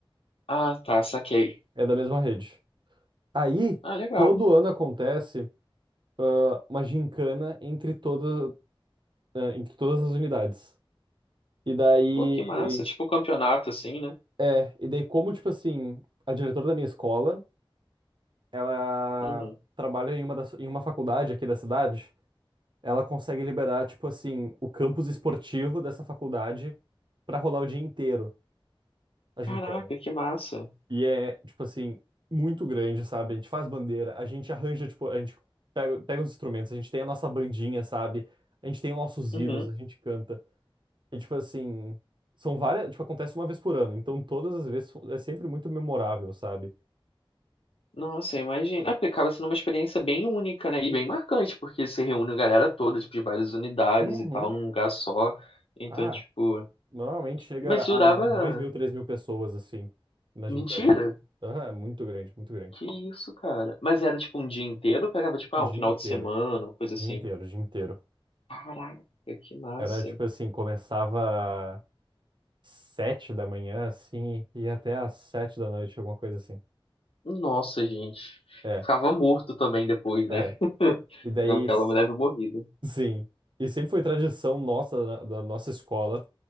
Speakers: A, on the left (about 85°); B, on the right (about 55°).
A: Ah, tá, saquei.
B: É da mesma rede. Aí,
A: Ah, legal.
B: todo ano acontece ah, uma gincana entre todas, ah, entre todas as unidades. E daí,
A: Pô, que massa. Tipo um campeonato, assim, né?
B: é, e daí como, tipo assim, a diretora da minha escola, ela
A: Uhum.
B: trabalha em uma, das, em uma faculdade aqui da cidade. ela consegue liberar, tipo assim, o campus esportivo dessa faculdade pra rolar o dia inteiro a
A: Caraca,
B: gincana.
A: que massa.
B: E é, tipo assim, muito grande, sabe? A gente faz bandeira, a gente arranja, tipo, a gente pega, pega os instrumentos, a gente tem a nossa bandinha, sabe? A gente tem os nossos
A: Uhum.
B: hinos, a gente canta. E, tipo assim, são várias, tipo, acontece uma vez por ano, então todas as vezes é sempre muito memorável, sabe?
A: Nossa, imagina. Ah, porque acaba sendo uma experiência bem única, né? E bem marcante, porque se reúne a galera toda, tipo, de várias unidades
B: Uhum.
A: e tal, num lugar só. Então,
B: Ah,
A: tipo.
B: normalmente chega
A: E, Mas durava.
B: a dois mil, três mil pessoas, assim, na
A: Mentira!
B: gincana. Aham, é muito grande, muito grande.
A: Que isso, cara? Mas era tipo um dia inteiro ou pegava, tipo, ah,
B: Dia
A: um final
B: inteiro,
A: de semana, uma coisa assim?
B: dia inteiro, dia inteiro.
A: Caraca, que massa.
B: Era tipo assim, começava sete da manhã, assim, e ia até às sete da noite, alguma coisa assim.
A: Nossa, gente.
B: É,
A: Ficava morto também depois, né?
B: é.
A: <laughs>
B: E daí,
A: Lembro que
B: s-
A: ela me leva morrida.
B: sim. E sempre foi tradição nossa, da, da nossa escola,